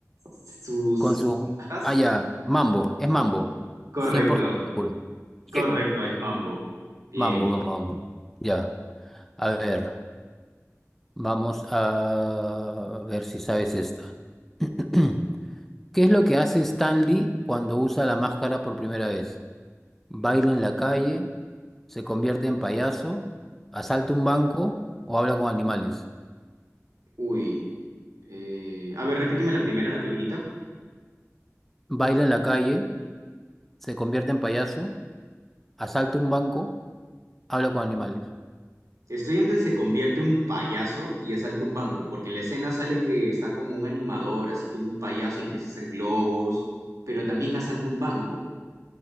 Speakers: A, on the right; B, in the centre.
A: sus
B: Con su...
A: sonajas.
B: Ah, ya, mambo, es mambo.
A: Correcto.
B: 100% seguro.
A: Correcto,
B: Bien.
A: es mambo. Bien,
B: Mambo,
A: bien.
B: mambo. Ya, a ver, vamos a ver si sabes esta. <clears throat> ¿Qué es lo que hace Stanley cuando usa la máscara por primera vez? ¿Baila en la calle? ¿Se convierte en payaso? ¿Asalta un banco? ¿O habla con animales?
A: Uy, eh, a ver, repíteme la primera, la primerita.
B: Baila en la calle, se convierte en payaso, asalta un banco, habla con animales.
A: Estoy entre se convierte un payaso y asalta un banco, porque en la escena sale que está como un animador, así como un payaso y empieza a hacer globos, pero también asalta un banco.